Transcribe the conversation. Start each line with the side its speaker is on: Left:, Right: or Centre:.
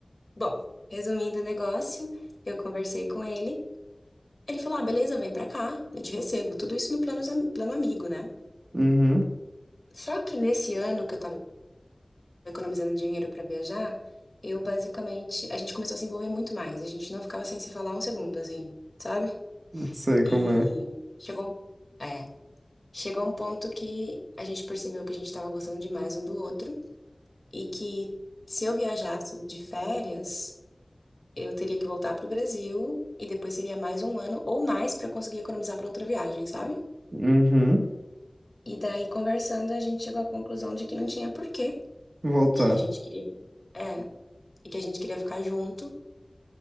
Left: bom, resumindo o negócio, eu conversei com ele. Ele falou: ah, beleza, vem pra cá, eu te recebo. Tudo isso no plano, plano amigo, né?
Right: Uhum,
Left: Só que nesse ano que eu tava economizando dinheiro para viajar, eu basicamente, a gente começou a se envolver muito mais. A gente não ficava sem se falar um segundo, assim, sabe?
Right: sei como
Left: E
Right: é.
Left: chegou, é, chegou um ponto que a gente percebeu que a gente estava gostando demais um do outro e que se eu viajasse de férias, eu teria que voltar para o Brasil e depois seria mais um ano ou mais para conseguir economizar para outra viagem, sabe?
Right: Uhum,
Left: E daí, conversando, a gente chegou à conclusão de que não tinha porquê,
Right: voltar.
Left: que a gente queria, é, e que a gente queria ficar junto